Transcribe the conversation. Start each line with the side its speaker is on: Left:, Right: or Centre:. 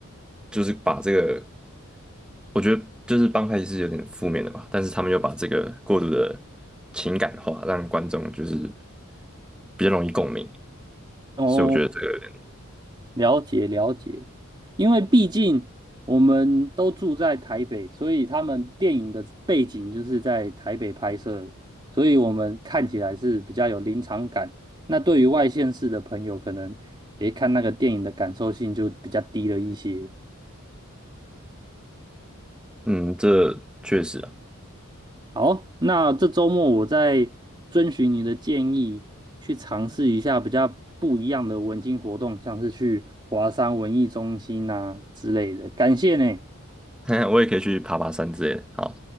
Centre: 就是把这个，我觉得就是帮派是有点负面的吧，但是他们又把这个过度的情感化，让观众就是比较容易共鸣，
Right: 哦。
Centre: 所以我觉得这个有点，
Right: 了解了解，因为毕竟我们都住在台北，所以他们电影的背景就是在台北拍摄的所以我们看起来是比较有临场感。那对于外县市的朋友，可能诶看那个电影的感受性就比较低了一些。
Centre: 嗯，这确实啊，
Right: 好，那这周末我再遵循你的建议，去尝试一下比较不一样的文青活动，像是去华山文艺中心啊之类的。感谢呢。
Centre: <laughs> 我也可以去爬爬山之类的，好。